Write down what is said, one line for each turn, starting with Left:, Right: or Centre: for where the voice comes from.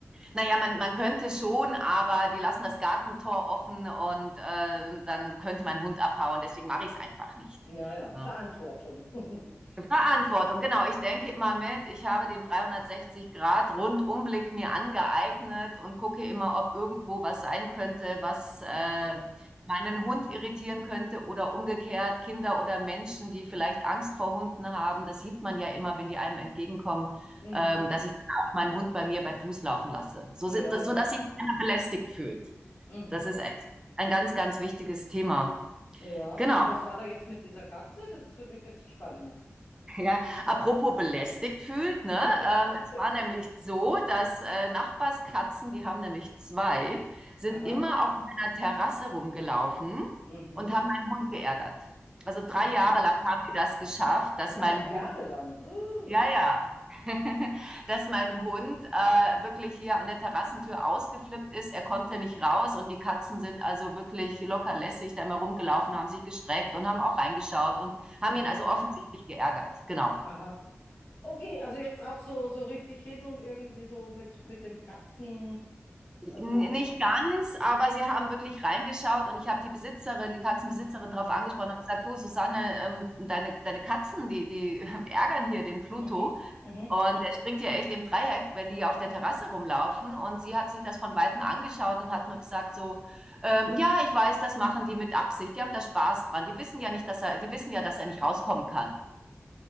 Right: Naja, man, man könnte schon, aber die lassen das Gartentor offen und äh, dann könnte mein Hund abhauen. Deswegen mache ich es einfach nicht.
Left: Ja, ja.
Right: Ne?
Left: Verantwortung. <laughs>
Right: Verantwortung, genau. Ich denke immer mit, ich habe den 360-Grad-Rundumblick mir angeeignet und gucke immer, ob irgendwo was sein könnte, was äh,
Left: Mhm.
Right: meinen Hund irritieren könnte oder umgekehrt Kinder oder Menschen, die vielleicht Angst vor Hunden haben. Das sieht man ja immer, wenn die einem entgegenkommen,
Left: Mhm.
Right: ähm, dass ich dann auch meinen Hund bei mir bei Fuß laufen lasse, so,
Left: Ja,
Right: si- so
Left: ja.
Right: dass sich keiner belästigt fühlt.
Left: Mhm.
Right: Das ist echt ein ganz, ganz wichtiges Thema.
Left: Ja.
Right: Genau.
Left: Und was war da jetzt mit dieser Katze? Das finde ich jetzt spannend.
Right: Ja, apropos belästigt fühlt,
Left: <laughs>
Right: ne? Ähm, es war nämlich so, dass äh, Nachbarskatzen, die haben nämlich zwei, sind
Left: Aha.
Right: immer auf meiner Terrasse rumgelaufen
Left: Mhm.
Right: und haben meinen Hund geärgert. Also drei
Left: Aha.
Right: Jahre lang haben die das geschafft, dass
Left: Drei
Right: mein
Left: Jahre
Right: Hund,
Left: lang. <gasps> Oh.
Right: ja, ja, <laughs> dass mein Hund äh, wirklich hier an der Terrassentür ausgeflippt ist. Er konnte nicht raus und die Katzen sind also wirklich locker lässig da immer rumgelaufen, haben sich gestreckt und haben auch reingeschaut und haben
Left: Aha.
Right: ihn also offensichtlich geärgert. Genau.
Left: Aha. Okay, also jetzt auch so, so richtig hin und irgendwie so mit, mit dem Bratzen. Also,
Right: N nicht ganz, aber sie haben wirklich reingeschaut und ich habe die Besitzerin, die Katzenbesitzerin
Left: mhm,
Right: drauf angesprochen, habe gesagt: „Du Susanne, ähm, deine deine Katzen, die die <laughs> ärgern hier den Pluto
Left: mhm, mhm.
Right: und der springt ja echt im Dreieck, wenn die auf der Terrasse rumlaufen.“ Und sie hat sich das von Weitem angeschaut und hat nur gesagt so: „Ähm, ja, ich weiß, das machen die mit Absicht. Die haben da Spaß dran. Die wissen ja nicht, dass er die wissen ja, dass er nicht rauskommen kann“,